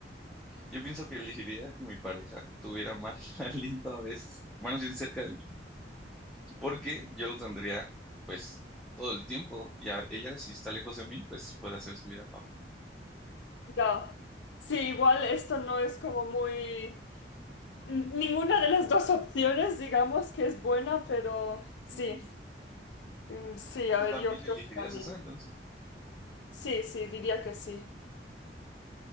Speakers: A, in the centre; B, on the left.
A: yo pienso que elegiría que mi pareja tuviera mal <laughs> aliento a veces, bueno, sin cerca de mí. porque yo lo tendría pues todo el tiempo y a ella si está lejos de mí pues puede hacer su vida normal.
B: Ya. Sí, igual esto no es como muy... N- Ninguna de las dos opciones, digamos que es buena, pero sí,
A: Ujú.
B: Mm, sí, a
A: ¿Tú
B: ver,
A: también
B: yo creo
A: elegirías
B: que también.
A: esa entonces?
B: Sí, sí, diría que sí.